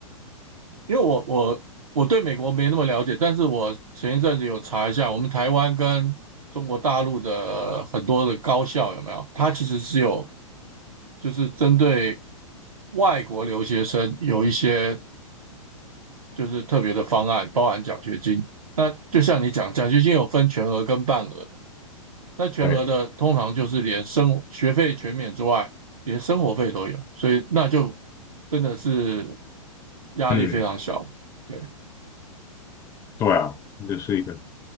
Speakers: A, on the right; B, on the left.
A: 因为我我我对美国没那么了解，但是我前一阵子有查一下，我们台湾跟中国大陆的很多的高校有没有？它其实是有就是针对外国留学生有一些就是特别的方案，包含奖学金。那就像你讲，奖学金有分全额跟半额的。那全额的通常就是连生学费全免之外，
B: 对，
A: 连生活费都有，所以那就真的是压力非常小。
B: 嗯。
A: 对，
B: 对啊，这是一个，